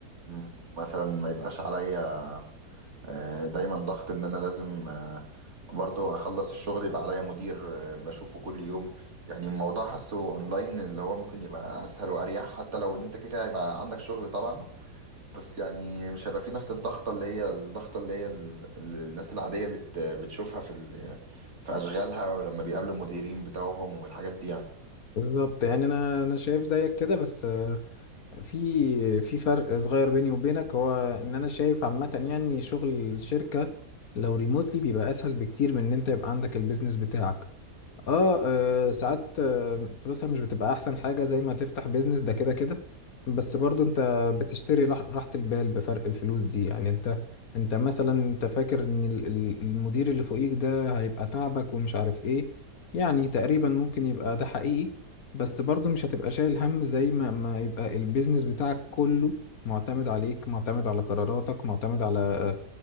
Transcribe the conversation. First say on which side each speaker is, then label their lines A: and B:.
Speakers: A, on the right; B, on the left.
A: م- مثلا ما يبقاش عليا آه، دايما ضغط ان انا لازم آه، برضو اخلص الشغل يبقى عليا مدير آه، بشوفه كل يوم يعني الموضوع حاسه اونلاين اللي هو ممكن يبقى اسهل واريح حتى لو ان انت كده كده هيبقى عندك شغل طبعا بس يعني مش هيبقى في نفس الضغطة اللي هي الضغطة اللي هي ال- اللي الناس العادية بت بتشوفها في ال- في اشغالها ولما بيقابلوا المديرين بتوعهم والحاجات دي يعني.
B: بالظبط يعني انا انا شايف زيك كده بس آه، في في فرق صغير بيني وبينك هو ان انا شايف عامة يعني شغل الشركة لو ريموتلي بيبقى اسهل بكتير من ان انت يبقى عندك البيزنس بتاعك اه آه، ساعات آه، فلوسها مش بتبقى احسن حاجة زي ما تفتح بيزنس ده كده كده بس برضو انت بتشتري راح- راحة البال بفرق الفلوس دي يعني انت انت مثلا انت فاكر ان ال- ال- المدير اللي فوقيك ده هيبقى تعبك ومش عارف ايه يعني تقريبا ممكن يبقى ده حقيقي بس برضو مش هتبقى شايل هم زي ما ما يبقى البيزنس بتاعك كله معتمد عليك معتمد على قراراتك معتمد على آه،